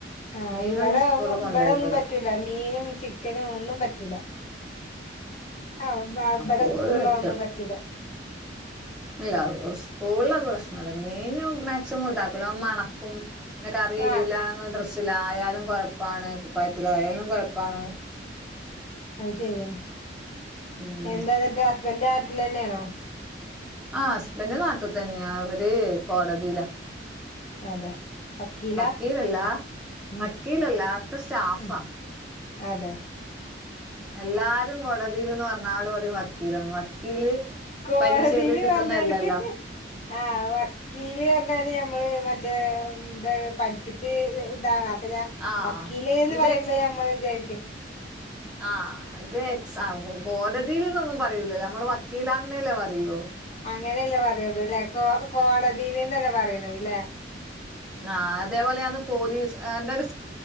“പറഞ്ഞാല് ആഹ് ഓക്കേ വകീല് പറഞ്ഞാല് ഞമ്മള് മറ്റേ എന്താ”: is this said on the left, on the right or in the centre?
Left